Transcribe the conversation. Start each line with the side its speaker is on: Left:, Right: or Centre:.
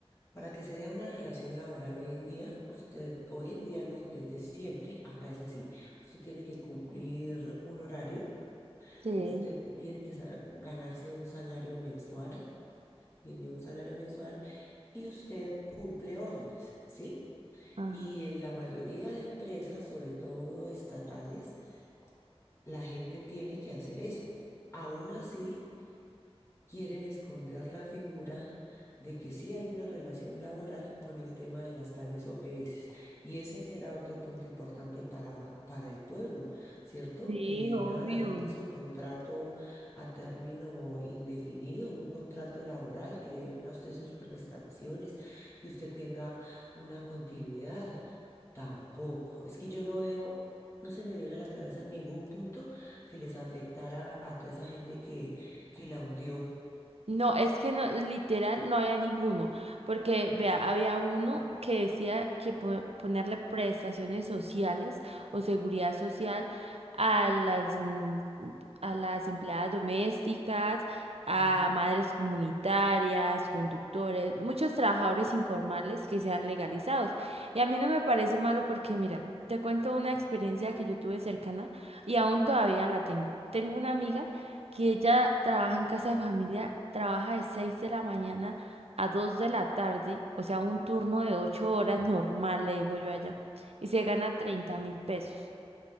Left: Para que se dé una relación laboral hoy en día, usted hoy en día no, desde siempre, acá es así. Usted tiene que cumplir un horario,
Right: sí.
Left: usted tiene que sa- ganarse un salario mensual, tiene un salario mensual y usted cumple órdenes, ¿sí?
Right: Ajá.
Left: Y en la mayoría de empresas, sobre todo estatales, la gente tiene que hacer eso. Aún así, quieren esconder la figura de que sí hay una relación laboral con el tema de las tales OPS. Y ese era otro punto importante para, para el pueblo, ¿cierto?
Right: Sí,
Left: Que le
Right: obvio.
Left: den a la gente su contrato a término indefinido, un contrato laboral, que le den a usted sus prestaciones, que usted tenga una continuidad. Tampoco. Es que yo no veo... No se me viene a la cabeza ningún punto que les afectara a toda esa gente que, que la hundió
Right: No, es que no, literal no había ninguno, porque vea, había uno que decía que po- ponerle prestaciones sociales o seguridad social a las mm, a las empleadas domésticas, a
Left: Ujú.
Right: madres comunitarias, conductores, muchos trabajadores informales que sean legalizados. Y a mí no me parece malo porque, mira, te cuento una experiencia que yo tuve cercana y aún todavía la tengo. Tengo una amiga que ella trabaja en casa de familia, trabaja de 6 de la mañana a 2 de la tarde, o sea, un turno de 8 horas <laughs> normal, le digo yo a ella, y se gana 30 mil pesos.